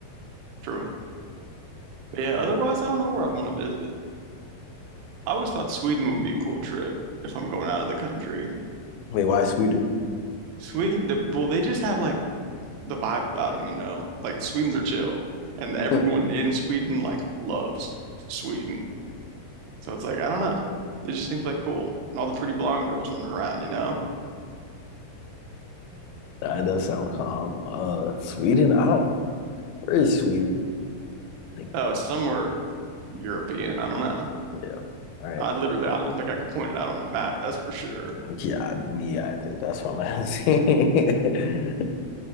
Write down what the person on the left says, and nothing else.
<laughs> Wait, why Sweden?
<laughs>
That does sound calm. Uh, Sweden? I don't, where is Sweden? Like,
yeah, all right.
Yeah, me either. That's what I'm asking. <laughs>